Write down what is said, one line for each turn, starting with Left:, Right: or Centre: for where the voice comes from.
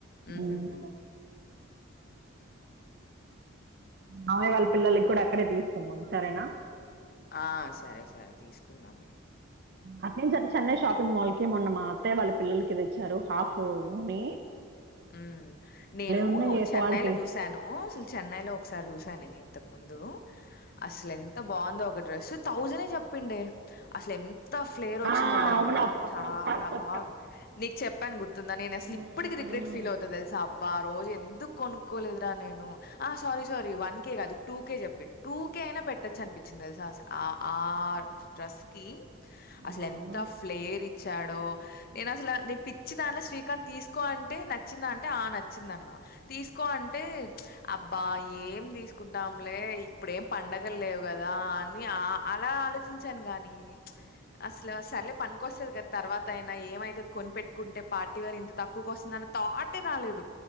Left: మ్మ్
Right: ఉమ్,
Left: హ్మ్
Right: మావయ్య వాళ్ళ పిల్లలకి కూడా అక్కడే తీసుకున్నాం సరేనా
Left: ఆ సరే సరే తీసుకుందాంలే
Right: అటూ నుంచి అంటూ చెన్నై షాపింగ్ మాల్ కి మొన్న మా అత్తయ్య వాళ్ళ పిల్లలకి తెచ్చారు హాఫ్ అని
Left: ఉమ్ నేను
Right: ఉన్నాయి ఏ
Left: చెన్నైలో
Right: క్వాలిటీ
Left: చూసాను అసలు చెన్నైలో ఒకసారి చూసానే <unintelligible> ముందు అసలు ఎంత బావుందో ఒకట్ డ్రెస్ థౌజనే చెప్పిండే అసలు ఎన్ త ఫ్లేర్ వచ్చిందో
Right: ఆ
Left: లహెంగా
Right: అవును అప్- అప్పుడు
Left: చాలా
Right: ఒకసారి చెప్పావు
Left: బావుంది నీకు చెప్పాను గుర్తుందా నేను అసలు
Right: ఉమ్,
Left: ఇప్పటికీ రిగ్రె ఫీల్ అవుద్దో దెలుసా భా ఆ రోజు ఎందుకు కొనుక్కోలేదురా నేను ఆ సారీ సారీ వన్ కే కాదు టూ కే చెప్పిండు టూ కే అయినా పెట్టచ్చు అనిపించింది తెలుసాస ఆ ఆ డ్రస్ కి అసలు
Right: అవును.
Left: ఎంత ఫ్లేరి చ్చాడు నేను అసలు ఆ నే పిచ్చి దానిలా శ్రీకాంత్ తీసుకో అన్ టే నచ్చిందా అంటే ఆ నచ్చిందన్నా తీసుకో అంటే అబ్బా ఏం తీసుకుంటాంలే ఇప్పుడేం పండగ లేవు కదా అని ఆ అలా ఆలోచించాను గానీ అసలు సరేలే పనికిస్తుది కదా తర్వాత అయినా ఏమైతుది కొనిపెట్టుకుంటే పార్టీ వేర్ ఇంత తక్కువకొస్తుందన థాట్ ఏ రాలేదు